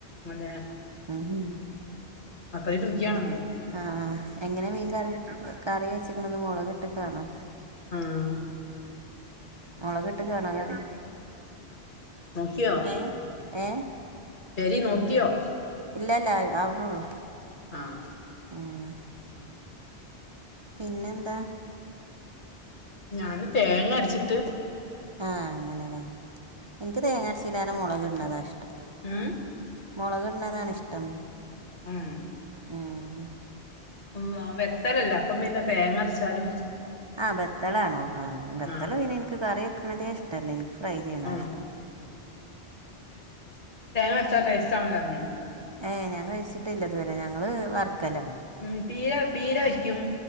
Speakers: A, on the left; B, on the right.
A: മതെയ
B: മ് മ
A: അത്രക്കുരുചിയണ
B: ആഹ എങ്ങനെ മീൻ കറി കറി വെച്ചക്കണത് മുളക് കിട്ടക്കണോ
A: ആഹ
B: മുളക് കിട്ടകാണാ കറി
A: നോക്കിയോ
B: ഏ ഏ
A: ശരി നോക്കിയോ
B: ഇല്ല ഇല്ല ആവിണുള്ളു
A: ആഹ
B: മ് പിന്നെന്താ
A: ഞാന് തേങ്ങ അരച്ചിട്ട്
B: ആഹ അങ്ങനെല്ലേ എൻക്ക് തേങ്ങാരച്ചിയിലാണ് മുളക് ഇടണതാ ഇഷ്ടം
A: മ്
B: മുളക് ഇട്ണതാണിഷ്ടം
A: ഉം
B: മ്
A: ഉവ്വ വെക്കലില്ല അപ്പം പിന്നെ തേങ്ങ അരച്ചാലും
B: ആഹ് ബത്തളാണോ ആ ബത്തള
A: ആഹ്
B: പിന്നെ എനിക്ക് കറി വെക്കണതേ ഇഷ്ടല്ല എനിക്ക് ഫ്രൈ ചെയ്യണ
A: ആഹ്
B: ഇഷ്ടം
A: തേങ്ങ അരച്ചാ ടേസ്റ്റ് ആണല്ലോ അതിന്
B: ഏ ഞാൻ കഴിച്ചിട്ടില്ല ഇതുവരെ ഞങ്ങള് വർക്കല
A: ഉം പീര പീര വെക്കും